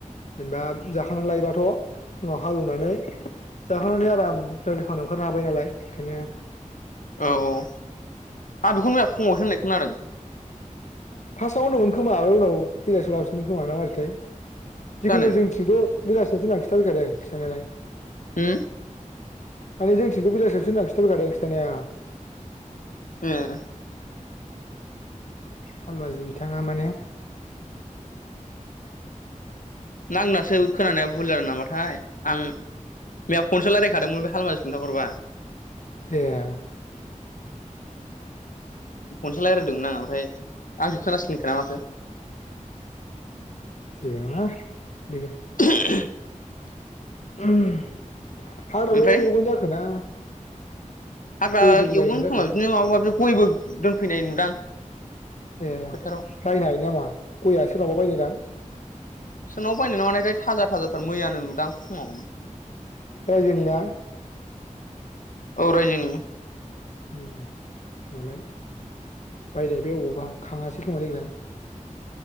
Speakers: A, on the left (about 60°); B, on the left (about 80°).
A: जेनबा जाखांनानै लायोबाथ फुङाव हालोवनानै जाखांनानै आराम जोलदि खामानियाव ओंखारनो हाबाय नालाय खायनो।
B: औ औ आ बेखौनो मैया फुङावसो होननाय खोनादों
A: फासाआव होनदोंमोनखोमा ओमफाय उनाव फैगासेआव लाफिनदोंखोमा ना मारैथाय। जिखुनु
B: जानो
A: जोंथिंथ बेलासियावसो होना खिथाफैखादोंं खिन्थानायालाय।
B: उम
A: माने जोंथिंथ बेलासियावसोहोनना खिथाफैखादों खि थानाया
B: उम
A: हालमाजि बिथाङा माने
B: ना आंनासो खोनानाया बुल जादों नामाथाय आं मैया फनसो रायज्लायखादोंमोन बे हालमाजि खिन्थाहरबा।
A: ऐ।
B: फनसो रालायदोंमोन आं ओमफ्राय। आंसो खोनास्लिंखोना माखो।
A: जेबो नंङा लोगो
B: <inaudible>
A: उम हाग्राल'
B: ओमफ्राय
A: एवगोन जाखो ना
B: हाग्रा
A: गयफोरबो
B: एवगोन
A: गायगोन
B: खोमा
A: जाखो।
B: बिदिनो माबा माबि गयबो दोनफैनाय नुदां
A: ए
B: फोथाराव
A: बायनाय नामा गयया सोरनावबा बायनाय <unintelligible>
B: सोरनावबा बायनाय ना मानायथाय थाजा थाजा मैयानो नुदां फुङावनो।
A: राज्योनि ना?
B: औ राज्योनि
A: ओम मालाय बायनाय बे अबावबा खाङासै खोमा देग्लाय।